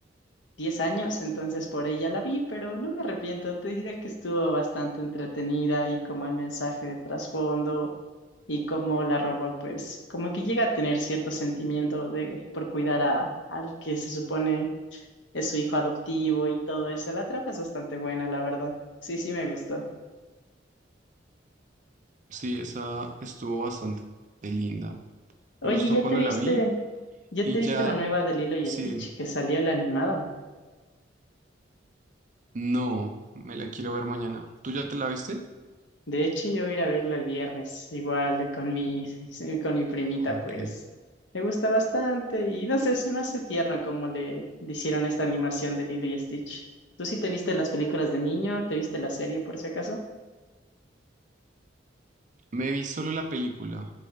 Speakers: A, on the left; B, on the right.
A: 10 años, entonces por ella la vi, pero no me arrepiento, te diré que estuvo bastante entretenida y como el mensaje de trasfondo y como la robot, pues como que llega a tener cierto sentimiento de por cuidar a al que se supone es su hijo adoptivo y todo eso. La trama es bastante buena, la verdad. Sí, sí me gustó.
B: Sí, esa estuvo bastante linda.
A: <laughs> Oye,
B: Me gustó
A: ¿ya
B: cuando
A: te viste,
B: la vi
A: ya
B: y
A: te viste
B: ya,
A: la nueva de Lilo y
B: sí,
A: Stitch
B: dime.
A: que salió la animada?
B: no, me la quiero ver mañana. ¿Tú ya te la viste?
A: De hecho, yo voy a ir a verla el viernes, igual con mi, <laughs> con mi primita,
B: Ok.
A: pues le gusta bastante y no sé, se me hace tierno como le, le hicieron esta animación de Lilo y Stitch. ¿Tú sí te viste las películas de niño? ¿Te viste la serie por si acaso?
B: Me vi solo la película,